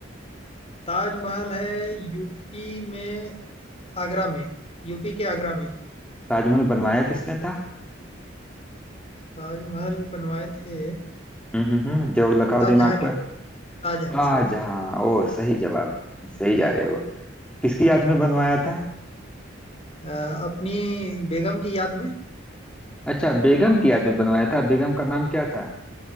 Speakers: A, on the left; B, in the centre.
A: ताजमहल है यूपी में आगरा में यूपी के आगरा में
B: ताजमहल बनवाया किसने था
A: ताजमहल बनवाए थे
B: हम्म हम्म हम्म, जोर लगाओ
A: शाहजहां
B: दिमाग
A: ने
B: पर
A: शाहजहां
B: शाहजहां
A: शाहजहां
B: ओ सही जवाब सही जा रहे हो किसकी याद में बनवाया था
A: अ, अपनी बेगम की याद में
B: अच्छा बेगम की याद में बनवाया था बेगम का नाम क्या था